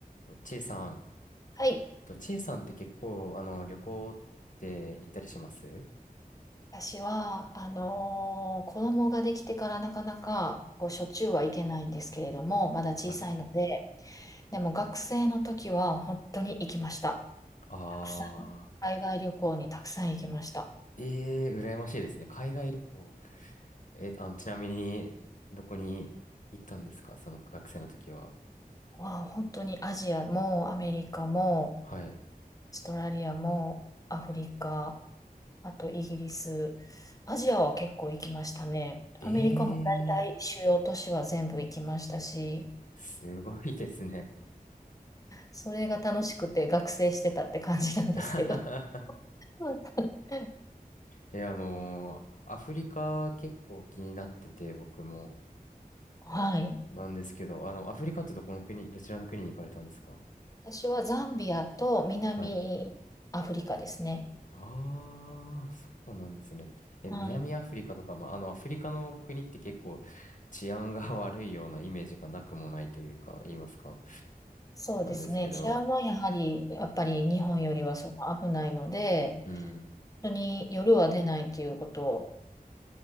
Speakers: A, on the left (about 55°); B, on the left (about 20°).
A: とちいさん、
B: はい。
A: とちいさんって結構、あの、旅行って行ったりします
B: 私は、あのー子供ができてからなかなか、こう、しょっちゅうはいけないんですけれども、まだ小さいので、
A: はい。
B: でも学生の時は本当に行きました。
A: あ
B: たくさん、海外旅行にたくさん行きました。
A: ー、えー、羨ましいですね。海外旅行。えー、あの、ちなみに、どこに行ったんですかその学生の時は。
B: わあ、本当にアジアもアメリカも、オー
A: はい。
B: ストラリアもアフリカ、あとイギリス、アジアは結構行きましたね。
A: え
B: アメリカも大体主要都市は全部行きましたし、
A: ー、すごいですね。
B: それが楽しくて学生してたって感じなんですけど。
A: <laughs>
B: <laughs>
A: えあのーアフリカ結構気になってて、僕も。
B: はい。
A: なんですけど、あの、アフリカってどこの国、どちらの国に行かれたんですか
B: 私はザンビアと南アフリカですね。
A: はいああ、そうなんですね。え、
B: はい。
A: 南アフリカとか、まあ、あの、アフリカの国って結構治安が <laughs> 悪いようなイメージがなくもないというか、言いますか。
B: そうですね。
A: なんですけど、
B: 治安はやはり、やっぱり日本よりはその危ないので、
A: うん、
B: 本当に夜は出ないということ